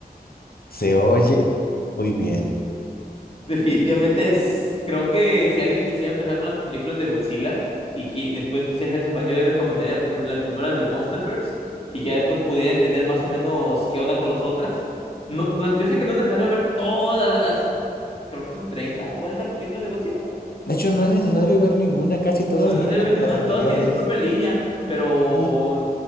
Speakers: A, on the left; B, on the left.
A: Se oye muy bien.
B: Definitivamente es, creo que si alguien quisiera empezar con las películas de Godzilla y qui- después quisiera hacerse fan, yo le recomendaría prim- las primeras del Monsterverse y ya después pudiera entender más o menos qué onda con las otras. No, no es- yo sé que no es necesario ver todas las, creo que son 30 40 películas de Godzilla.
A: De hecho, no es necesario ver ninguna, casi todas
B: No es
A: niegan
B: necesario ver ninguna,
A: a las anteriores.
B: todas tienen su propia línea, pero
A: Sí.